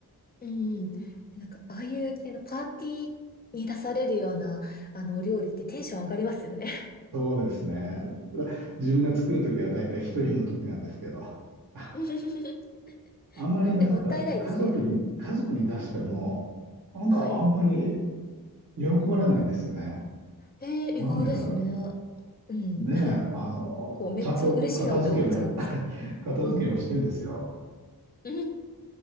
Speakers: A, on the left; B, on the right.
A: うんうん。なんか、ああいう系のパーティーに出されるような、あの、お料理ってテンション上がりますよね。
B: そうですね。だ自分が作るときはだいたい一人のときなんですけど。あ
A: <laughs>
B: あんまりねなんか、
A: え、もったいないですね。
B: 家族に、
A: うん。
B: 家族に出しても、なんかあんまり
A: はい。
B: 喜ばれないんですよね。
A: えー、
B: なんでだろう。
A: 意外ですね。うん。
B: ねえ、
A: <laughs>
B: あの、
A: こう、めっちゃ嬉しいなって思っちゃうんですけど。
B: ちゃんと片付けも、<laughs> 片付けもしてんですよ。
A: うん。<laughs>